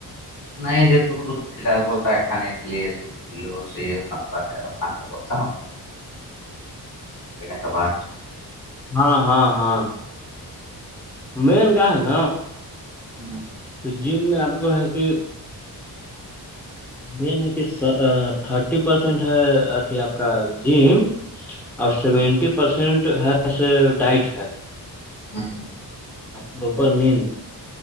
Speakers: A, on the left; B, in the centre.
A: نہیں یہ دور کلا بولتا ہے کھانے کے لیے دور پ سے ستراس کھان بتا ہوتا کابا
B: ہاں ہاں ہاں مین کہاں ن
A: ہاں
B: تو جم میں آپ کو ہے کہ مین ہے کہ تھرٹی پرسینٹ ہے اھی آپ کا جم اور سیونٹی
A: ہ
B: پرسینٹ ہے ڈائٹ ہے
A: ہاں ہاں
B: اھر اوپر نیند